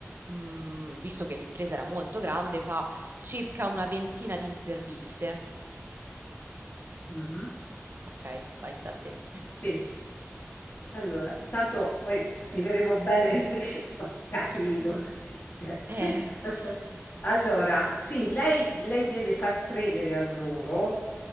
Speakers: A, on the right; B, on the left.
A: mm, visto che l'impresa era molto grande, fa circa una ventina di interviste.
B: Mh-mh.
A: Ok, vai, sta a te.
B: Sì. Allora, intanto poi scriveremo bene <laughs> perché fa casino così, okay.
A: Eh,
B: <laughs>
A: sì, sì, sì.
B: Allora, sì, lei lei deve far credere a loro